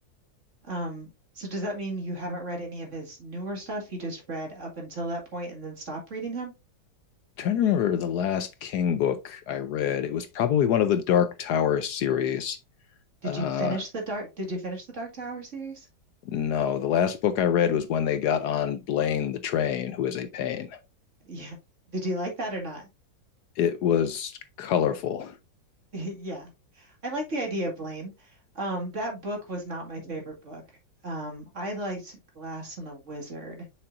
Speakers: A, on the right; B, on the left.
A: Um, so does that mean you haven't read any of his newer stuff? You just read up until that point and then stopped reading him?
B: trying to remember the last King book I read. It was probably one of the Dark Tower series.
A: Did
B: Uh,
A: you finish the Dark, did you finish the Dark Tower series?
B: no, the last book I read was when they got on Blaine the Train, who is a pain.
A: <laughs> Yeah. Did you like that or not?
B: It was colorful.
A: <laughs> Yeah. I like the idea, Blaine. Um, that book was not my favorite book. Um, I liked Glass and the Wizard,